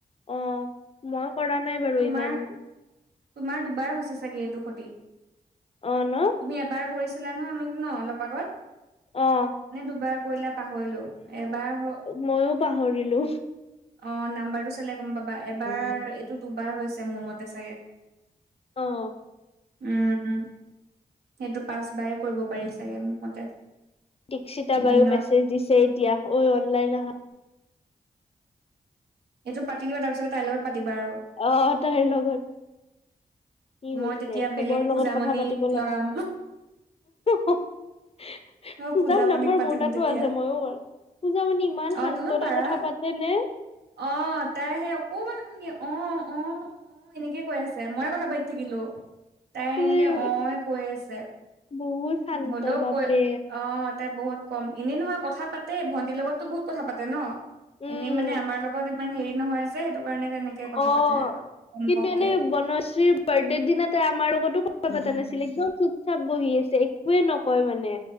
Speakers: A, on the left (about 35°); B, on the right (about 85°).
A: অ' মই কৰা নাই বাৰু
B: তোমাৰ
A: ইমান।
B: তোমাৰ দুবাৰ হৈছে চাগে এইটো সতি।
A: অ ন'
B: তুমি এবাৰ কৰিছিলা নহয় মোক ন অলপ আগত।
A: অ'
B: নে দুবাৰ কৰিলে পাহৰিলো এবাৰ হ।
A: ময়ো পাহৰিলো
B: অ' নাম্বাৰটো চালে গম পাবা এবাৰ
A: অ
B: এইটো দুবাৰ হৈছে মোৰ মতে চাগে।
A: অ'
B: উম সেইটো পাচ পাই কৰিব। পাৰি চাগে। মোৰ মতে
A: দীক্ষিতা
B: এদিনত
A: বাইয়ো মেছেজ দিছে এতিয়া ঐ অনলাইন আহা।
B: এইটো পাতি লোৱা তাৰপিছত তাইৰ লগত পাতিবা আৰু।
A: অ' অ' তাইৰ লগত কি হৈছে
B: মই তেতিয়া বেলেগ
A: চবৰ লগত
B: পূজামণিক
A: কথা পাতিব লগা।
B: লগাম
A: পূজাৰ
B: অ পূজামণিক
A: নাম্বাৰ
B: পাতিম
A: মোৰ তাতো
B: তেতিয়া
A: আছে মইও। পূজা মানে ইমান
B: অ
A: শান্ততা
B: তুমিও পাৰা
A: কথা পাতে নে!
B: অ' তাই সেই অকমান ন ভগি অ' অ' অ' এনেকে কৈ আছে মই কথা পাতি থাকিলো তাই
A: নে
B: এনেকে অ কৈ আছে।
A: বহুত। শান্ত
B: হলেও
A: বাপৰে
B: কৈ অ ' তাতে বহুত কম এনেই নহয় কথা পাতেই ভন্টিৰ লগতো বহুত কথা পাতে ন
A: উম
B: এনে মানে আমাৰ লগত। ইমান হেৰি নহয় যে সেইটো। কাৰণে তেনেকে কথা
A: অ'
B: পাতে কম
A: কিন্তু
B: কমকে
A: এনে বনশ্ৰীৰ বাৰ্থডেৰ দিনা তাই আমাৰ লগতো কথা পতা নাছিলে কিয় চুপ চাপ বহি আছে একোৱে নকয় মানে